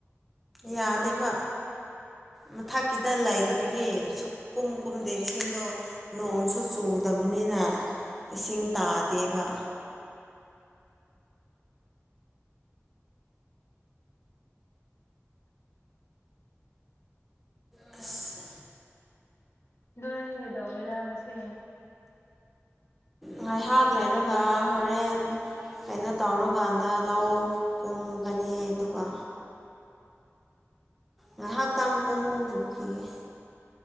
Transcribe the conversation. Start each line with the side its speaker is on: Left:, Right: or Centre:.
Centre: ꯌꯥꯗꯦꯕ
Left: ꯎꯝ
Centre: ꯃꯊꯛꯀꯤꯗ ꯂꯩꯥꯏꯇꯕꯒꯤ ꯁꯨꯛ ꯀꯨꯝ ꯀꯨꯝꯗꯦ ꯏꯁꯤꯡꯗꯣ ꯅꯣꯡꯁꯨ ꯆꯨꯗꯕꯅꯤꯅ ꯏꯁꯤꯡ ꯇꯥꯗꯦꯕ ꯈꯁ
Left: ꯑꯩꯣꯏ ꯀꯩꯗꯧꯒꯦꯔꯥꯁꯦ
Centre: ꯉꯥꯏꯍꯥꯛ ꯂꯩꯔꯒ ꯍꯣꯔꯦꯟ ꯀꯥꯏꯅ ꯇꯧꯔꯀꯥꯟꯗ ꯂꯧ ꯀꯨꯝꯒꯅꯤ ꯑꯗꯨꯒ ꯉꯥꯏꯍꯥꯛꯇꯥꯡ ꯀꯣꯉꯨꯔꯨꯈꯤꯒꯦ